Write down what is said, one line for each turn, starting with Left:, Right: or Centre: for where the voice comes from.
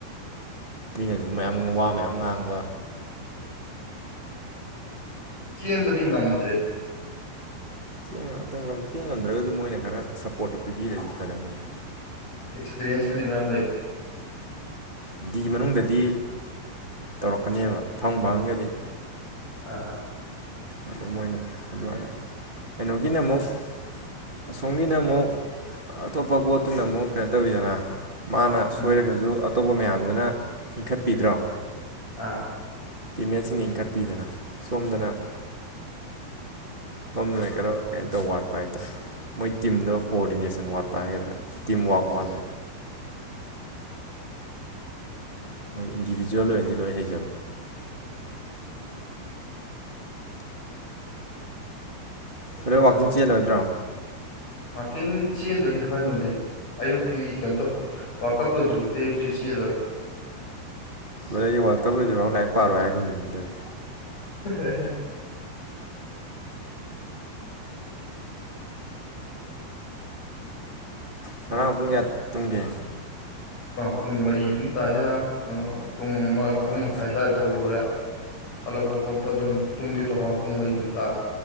Right: ꯃꯤꯅꯁꯨ ꯃꯌꯥꯝ ꯋꯥ ꯃꯌꯥꯝ ꯉꯥꯡꯕ
Left: ꯆꯦꯟꯕꯗꯤ ꯉꯝꯗ꯭ꯔꯦ
Right: ꯆꯦꯡ ꯑꯇ ꯆꯦꯡ ꯉꯝꯗ꯭ꯔꯒꯁꯨ ꯃꯣꯏꯅ ꯈꯔ ꯁꯞꯄꯣꯔꯠꯇꯣ ꯄꯤꯕꯤꯔꯗꯤ ꯐꯗꯝꯕꯅꯤꯅ
Left: ꯑꯦꯛꯁꯄꯤꯔꯤꯌꯦꯟꯁꯄꯨꯗꯤ ꯃꯌꯥꯝ ꯂꯩꯕ
Right: ꯅꯨꯡꯗꯤ ꯃꯅꯨꯡꯗꯗꯤ ꯇꯧꯔꯛꯀꯅꯦꯕ ꯐꯪ ꯐꯪꯒꯗꯤ
Left: ꯑꯥ
Right: ꯑꯗꯨ ꯃꯣꯏꯅ ꯑꯗꯨꯃꯥꯏꯅ ꯀꯩꯅꯣꯒꯤꯅ ꯑꯃꯨꯛ ꯑꯁꯣꯝꯒꯤꯅ ꯑꯃꯨꯛ ꯑꯇꯣꯞꯄ ꯒꯣꯠꯇꯨꯅ ꯑꯃꯨꯛ ꯀꯩꯅꯣ ꯇꯧꯤꯗꯅ ꯃꯥꯅ
Left: ꯎꯝ
Right: ꯁꯣꯏꯔꯒꯁꯨ ꯑꯇꯣꯞꯄ ꯃꯌꯥꯝꯗꯨꯅ ꯏꯟꯈꯠꯄꯤꯗ꯭ꯔꯣ
Left: ꯑꯥ
Right: ꯇꯤꯝꯃꯦꯠꯁꯤꯡꯅ ꯏꯟꯈꯠꯄꯤꯗꯅ ꯁꯣꯝꯗꯅ ꯁꯣꯝꯗꯨꯅ ꯀꯩꯅꯣ ꯀꯩꯝꯇ ꯋꯥꯠꯄ ꯍꯥꯏꯇꯥꯔꯦ ꯃꯣꯏ ꯇꯤꯝꯗ ꯀꯣꯑꯣꯗꯤꯅꯦꯁꯟ ꯋꯥꯠꯄ ꯍꯥꯏꯒꯗ꯭ꯔꯥ ꯇꯤꯝ ꯋꯥꯛ ꯋꯥꯠꯂꯦ ꯃꯣꯏ ꯏꯟꯗꯤꯕꯤꯖꯨꯋꯦꯜ ꯑꯣꯏꯅꯗꯤ ꯂꯣꯏ ꯍꯩꯖꯕ ꯍꯣꯔꯦꯟ ꯋꯥꯛꯀꯤꯡ ꯆꯦꯜꯂꯣꯏꯗ꯭ꯔꯣ
Left: ꯋꯥꯔꯀꯤꯡ ꯆꯦꯟꯗꯣꯏꯅꯤ ꯍꯣꯔꯦꯟ ꯅꯨꯡꯊꯤꯟ ꯑꯌꯨꯛꯇꯤ ꯀꯩꯅꯣ ꯇꯧꯔ ꯋꯥꯔ ꯀꯞ ꯂꯣꯏꯗ꯭ꯔꯤꯐꯥꯎꯤ ꯑꯌꯨꯛꯁꯤ ꯆꯦꯜꯂꯣꯏ
Right: ꯗ ꯑꯩ ꯋꯥꯜꯀꯞ ꯑꯣꯏꯗꯨꯣꯏꯔꯥꯎ ꯂꯥꯏꯔꯤꯛ ꯄꯥꯔꯣ ꯍꯥꯏꯒꯨꯝꯗꯨ ꯑꯗꯨꯝꯇꯔꯗꯤ
Left: ꯍ
Right: ꯉꯔꯥꯡ ꯄꯨꯡ ꯀꯌꯥ ꯇꯨꯡꯒꯦ
Left: ꯄꯨꯡ ꯃꯔꯤ ꯑꯗꯨꯝ ꯇꯥꯏꯗꯔ ꯄꯨꯡ ꯑꯍꯨꯝ
Right: ꯅꯪ
Left: ꯃꯈꯥꯏ ꯁ꯭ꯋꯥꯏ ꯕꯣꯜ ꯂꯔꯦ ꯍꯜꯂꯛꯄ ꯈꯣꯠꯄ ꯑꯗꯨꯝ ꯇꯨꯡꯒꯤꯦ ꯇꯣꯈꯥ ꯄꯨꯡꯕꯩ ꯑꯗꯨꯝ ꯇꯥꯛ